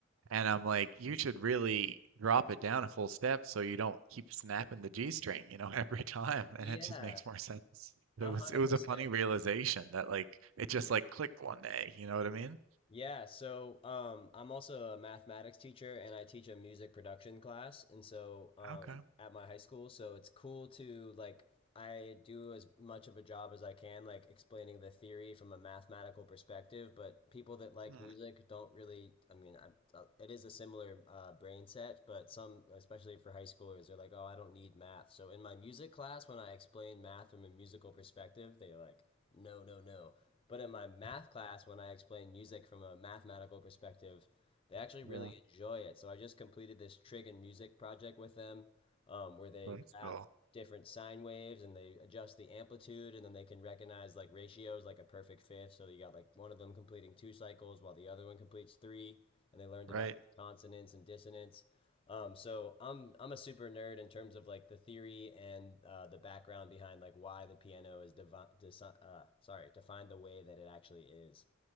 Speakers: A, on the right (about 75°); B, on the left (about 25°).
A: And I'm like, you should really drop it down a full step so you don't keep snapping the G string, you know, <laughs> every time.
B: Yeah,
A: And it just makes more sense. It
B: a
A: was
B: hundred
A: it was
B: percent.
A: a funny realization that like it just like clicked one day, you know what I mean?
B: Yeah, so um, I'm also a mathematics teacher and I teach a music production class, and so um,
A: Okay.
B: at my high school, so it's cool to like I do as much of a job as I can, like explaining the theory from a mathematical perspective. But people that like
A: Hmm.
B: music don't really. I mean, I, uh, it is a similar uh, brain set, but some, especially for high schoolers, they're like, "Oh, I don't need math." So in my music class, when I explain math from a musical perspective, they are like, "No, no, no." But in my math class, when I explain music from a mathematical perspective, they actually really
A: Yeah.
B: enjoy it. So I just completed this trig and music project with them, um, where they
A: That's
B: graph
A: cool.
B: different sine waves and they adjust the amplitude and then they can recognize like ratios like a perfect fifth so you got like one of them completing two cycles while the other one completes three and they learned
A: Right.
B: about consonants and dissonance um, so I'm I'm a super nerd in terms of like the theory and uh, the background behind like why the piano is devi- desi- uh, sorry defined the way that it actually is.